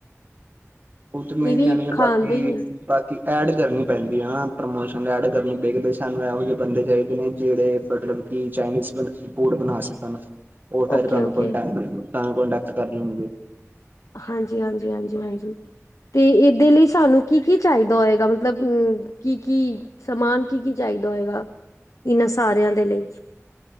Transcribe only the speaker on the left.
ਇਹ ਵੀ
ਖਾਂਦੇ
ਹੀ
ਓਕੇ
ਓਕੇ
ਹਾਂਜੀ-ਹਾਂਜੀ-ਹਾਂਜੀ-ਹਾਂਜੀ, ਤੇ ਏਦੇ ਲਈ ਸਾਨੂੰ ਕੀ-ਕੀ ਚਾਈਦਾ ਹੋਏ ਦਾ ਮਤਲਬ ਊ ਕੀ-ਕੀ ਸਮਾਨ ਕੀ-ਕੀ ਚਾਈਦਾ ਹੋਏਗਾ, ਏਨਾਂ ਸਾਰੇਆਂ ਦੇ ਲਈ?